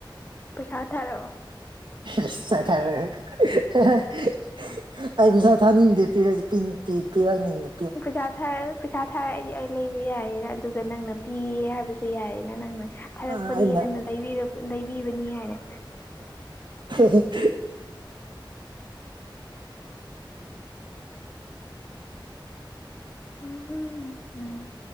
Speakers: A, on the left; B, on the right.
A: ꯄꯩꯁꯥ ꯊꯔꯛꯣꯑꯣ
B: <unintelligible> ꯑꯩ ꯄꯩꯁꯥ ꯊꯥꯅꯤꯡꯗꯦ ꯄꯤꯔꯗꯦ ꯄꯤ ꯄꯤ ꯄꯤꯍꯥꯟ ꯅꯤꯡꯏ
A: ꯈꯨꯖꯥ ꯄꯩꯁꯥ ꯊꯥꯔꯛꯑꯗꯤ ꯑꯩ ꯂꯩꯕ ꯌꯥꯏꯌꯦꯅ ꯑꯗꯨꯒ ꯅꯪꯅ ꯄꯤꯌꯦ ꯍꯥꯏꯕꯁꯨ ꯌꯥꯏꯌꯦꯅ ꯅꯪꯅ ꯊꯥꯔꯛꯄꯅꯤꯅꯅ
B: ꯑꯥ ꯑꯩꯅ
A: ꯂꯩꯕꯤꯕꯅꯤ ꯍꯥꯏꯅ
B: ꯍꯦ ꯍꯦ
A: ꯎꯝ ꯎꯝ ꯎꯝ ꯎꯝ